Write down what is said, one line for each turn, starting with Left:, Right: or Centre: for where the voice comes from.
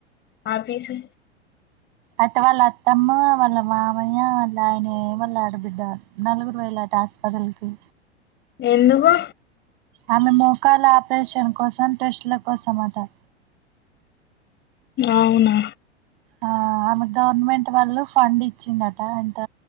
Left: ఆఫిసు
Right: అత్త వాళ్ల అత్తమ్మ వాళ్ళ మామయ్య వాళ్ళ ఆయన వాళ్ళు ఆడబిడ్డా నలుగురు వెళ్లారు టాస్పిటల్కి
Left: ఎందుకు
Right: ఆమె మోకాల ఆపరేషన్ కోసం టెస్ట్ల కోసం అట
Left: అవునా
Right: ఆ ఆమె గవర్నమెంట్ వాళ్ళు ఫండ్ ఇచ్చిందట ఇంత